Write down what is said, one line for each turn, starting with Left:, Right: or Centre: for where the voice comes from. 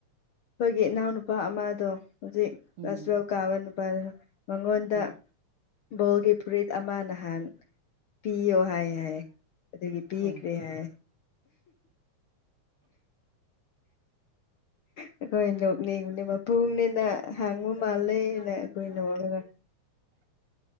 Left: ꯑꯩꯈꯣꯏꯒꯤ ꯏꯅꯥꯎ ꯅꯨꯄꯥ ꯑꯃꯗꯣ ꯍꯧꯖꯤꯛ
Right: ꯎꯝ
Left: ꯀ꯭ꯂꯥꯁ ꯇꯨꯋꯦꯜꯐ ꯀꯥꯕ ꯅꯨꯄꯥꯗꯣ ꯃꯉꯣꯟꯗ
Right: ꯎꯝ
Left: ꯕꯣꯜꯒꯤ ꯐꯨꯔꯤꯠ ꯑꯃ ꯅꯍꯥꯟ ꯄꯤꯌꯣ ꯍꯥꯏ ꯍꯥꯏꯌꯦ ꯑꯗꯨꯒꯤ ꯄꯤꯈ꯭ꯔꯦ
Right: ꯑꯣ
Left: ꯍꯥꯏ ꯑꯩꯈꯣꯏ ꯅꯣꯛꯅꯤꯡꯕꯅꯦ ꯃꯄꯨꯡꯅꯤꯅ ꯍꯪꯕꯨ ꯃꯥꯜꯂꯅ ꯑꯩꯈꯣꯏ ꯅꯣꯛꯂꯒ